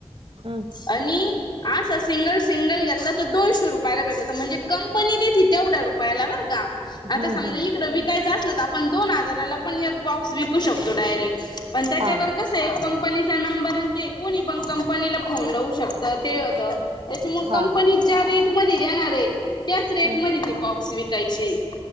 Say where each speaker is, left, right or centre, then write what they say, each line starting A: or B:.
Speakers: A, on the right; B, on the left.
A: हं
B: आणि अस सिंगल सिंगल घेतला तर दोनशे रुपयाला भेटतो म्हणजे कंपनी देती तेवढ्या रुपयाला बर का आता
A: हम्म
B: समजा
A: हम्म
B: इकड विकायचं असल तर आपण दोन हजार हजारला पण एक बॉक्स विकू शकतो आपण डायरेक्ट पण त्याच्यावर
A: हा
B: कसं आहे कंपनीचा नंबर आणि ते कोणी पण कंपनीला फोन लावू शकत ते होतं त्याच्यामुळे
A: हा
B: कंपनी
A: हा
B: ज्या रेट मध्ये देणार आहे त्याच रेट
A: ह
B: मध्ये ते बॉक्स विकायचे